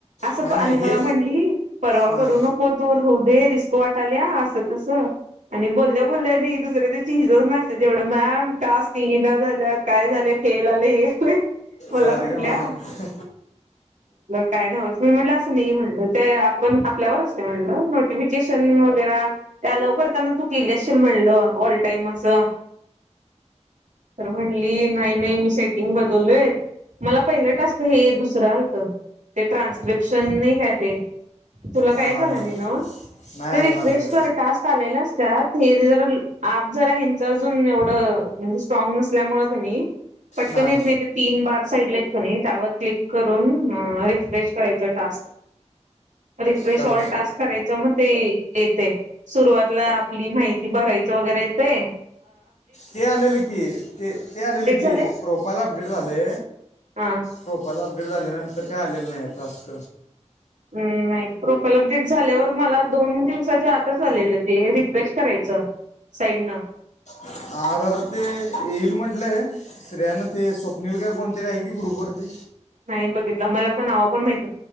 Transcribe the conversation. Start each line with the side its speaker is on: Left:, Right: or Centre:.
Right: असं
Left: नाही
Right: आणि
Left: नाही
Right: मला
Left: हे
Right: म्हणली परवा
Left: हां
Right: करू नको तूर होऊ दे दिस वाट आल्या अस तसं आणि बोलल्या बोलल्या आणि दुसऱ्या चिज मेसेज एवढं मॅम टास्क इना झालं काय झालं फेल आले हे आलं मला
Left: बारीक
Right: म्हंटल्या-
Left: आहे.
Right: काय नव मी म्हणलं असं नाही म्हणल ते आपण आपल्यावर असले म्हणल नोटी वग लव करताना तू केलेशील म्हणलं ऑल टाईम असं तर म्हणली नाही नाही मी सेटिंग बदललोय. मला पहिलं टास्क हे दुसरं आलतं ते ट्रान्स्क्रिप्शन नाही काय ते तुला काही
Left: हां
Right: झालं
Left: हां हां
Right: नाही ना
Left: नाही
Right: ते
Left: अजून
Right: रिफ्रेश
Left: आलेलं
Right: कर टास्क आलेला त हे ज आप जरा हच अजून एवढं म्हणजे स्ट्रांग नसल्यामुळे पटकन
Left: हां
Right: येत नाही ते तीन बार साड त्यावर क्लिक करून रिफ्रेश करायच टास्क. रिफ्रेश
Left: कर
Right: ऑल टास्क करायचं म ते येते सुरुवातीला आपली माहिती भरायचं वगैरे येते
Left: ते आलेलं की ते ते आलेलं
Right: झालंय?
Left: की प्रोफाईल अपडेट झाले.
Right: हा
Left: प्रोफाईल अपडेट झालेल्यानंतर काय आलेलं नाही आता टास्क.
Right: हम्म मा प्रोफाईल अपडेट झाल्यावर मला दोन दिवसाच्या आताच आलेलं ते रिफ्रेश करायचं. साईड न.
Left: आता आ ते येईल म्हंटलं हे स्त्रियांन ते सोप नल काय कोणती आहे की ग्रुपवरती.
Right: नाही बघितलं मला आता नावं पण माहिती